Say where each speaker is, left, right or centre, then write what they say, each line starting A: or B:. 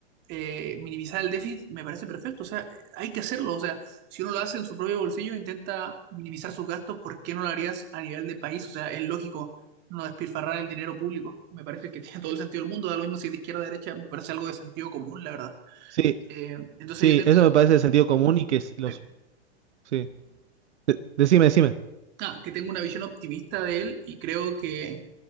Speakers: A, on the right; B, on the right.
A: eh, minimizar el déficit, me parece perfecto. O sea, hay que hacerlo. O sea, si uno lo hace en su propio bolsillo, intenta minimizar sus gastos, ¿por qué no lo harías a nivel de país? O sea, es lógico no despilfarrar el dinero público. Me parece que <laughs> tiene todo el sentido del mundo. Da lo mismo si es de izquierda o de derecha, me parece algo de sentido común, la verdad.
B: sí,
A: Eh, entonces
B: sí,
A: yo tengo,
B: eso me parece de sentido común y que es los...
A: eh,
B: Sí, De- decime, decime.
A: ah, que tengo una visión optimista de él y creo que